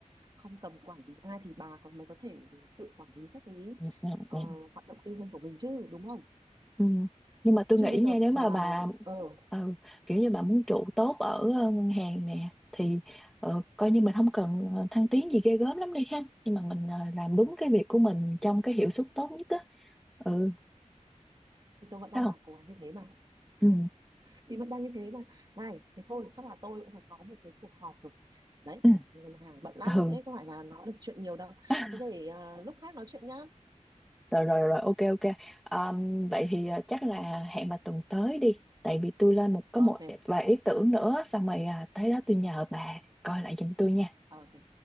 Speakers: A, on the right (about 35°); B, in the centre.
A: không cầm quản lý ai thì bà còn mới có thể tự quản lý các cái
B: ừ, ừ,
A: ờ,
B: ừ.
A: hoạt động kinh doanh của mình chứ đúng không
B: Ừ. nhưng mà tôi
A: chứ
B: nghĩ
A: bây
B: nha
A: giờ
B: nếu mà
A: bà
B: bà
A: mà ờ
B: ừ, kiểu như bà muốn trụ tốt ở ờ, ngân hàng nè thì ờ, coi như mình không cần ờ, thăng tiến gì ghê gớm lắm đi ha nhưng mà mình ờ, làm đúng
A: ừ,
B: cái việc của mình trong cái hiệu suất tốt nhất á ừ
A: thì tôi vẫn đang
B: thấy không
A: làm cố gắng như thế mà
B: ừ.
A: thì vẫn đang như thế mà này thế thôi chắc là tôi cũng phải có một cái cuộc họp rồi đấy
B: ừ.
A: ngân hàng bận lắm
B: ừ
A: đấy có phải là nói được chuyện nhiều đâu
B: <laughs>
A: thế để ờ, lúc khác nói chuyện nhá
B: rồi rồi rồi ok ok Ờm, vậy thì à, chắc là hẹn bà tuần tới đi tại vì tôi lên một có
A: ok
B: một vài ý tưởng nữa xong rồi à, tới đó tôi nhờ bà coi lại giùm tôi nha
A: ok